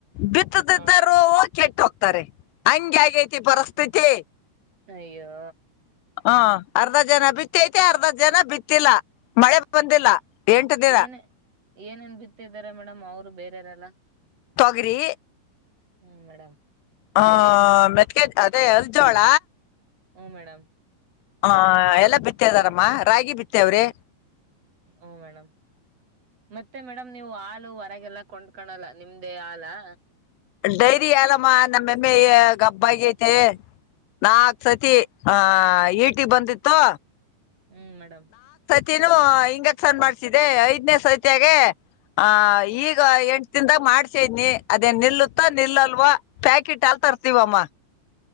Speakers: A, on the left; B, on the right.
A: ಬಿತ್ತದಿದ್ದೊರು
B: ಹ
A: ಕೆಟ್ಟ್ ಹೋಗ್ತ್ ಕರೆಕ್ಟ್, ಹಂಗೆ ಆಗೇತಿ ಪರಿಸ್ಥಿತಿ.
B: ಅಯ್ಯೋ
A: ಹ ಅರ್ಧ ಜನ ಬಿತ್ತೖತೆ ಅರ್ಧ ಜನ ಬಿತ್ತಿಲ್ಲ ಮಳೆ ಬಂದಿಲ್ಲ. ಎಂಟು ದಿನ
B: ಏನ್ ಏನೇನ್ ಬಿತ್ತರ್ ದ್ದಾರೆ ಮೇಡಮ್ ಅವರು ಬೇರೆೆಯರಲ್ಲ.
A: ತೊಗರಿ
B: ಹ್ಮ್ ಮೇಡಮ್.
A: ಹಾ ಮೆತ್ಗೆ ಅದೇ ಅರ್ಜೋಳ
B: ಹ್ ಮೇಡಮ್.
A: ಹ ಎಲ್ಲಾ ಬಿತ್ತದಾರಮ್ಮ ರಾಗಿ ಬಿತ್ತೇವ್ರಿ.
B: ಹುಂ ಮೇಡಮ್ ಮತ್ತೆ ಮೇಡಮ್ ನೀವು ಹಾಲು ಹೊರಗೆಲ್ಲ ಕೊಂಡ್ಕಳಲ್ಲ ನಿಮ್ದೇ ಹಾಲಾ?
A: ಡೈರಿ ಹಾಲಮ್ಮ ನಮ್ಮಮ್ಮೆ ಗಬ್ಬ್ ಆಗೖತಿ ನಾಕ್ ಸತಿ ಆ ಈಟಿ ಬಂದಿತ್ತು.
B: ಹ್ಮ್ ಮೇಡಮ್.
A: ತಿನೂ ಇಂಜೆಕ್ಷನ್ ಮಾಡ್ಸಿದೆ ಐದ್ನೇ ಸೈತಿಯಾಗೆ ಆ ಈಗ ಎಂಟ ದಿನ್ದಾಗ ಮಾಡ್ಸಿದ್ನಿ ಅದೇನ್ ನಿಲ್ಲುತ್ತ ನಿಲ್ಲಲ್ವೊ ಪ್ಯಾಕೆಟ್ ಹಾಲ್ ತರ್ತೀವಮ್ಮ.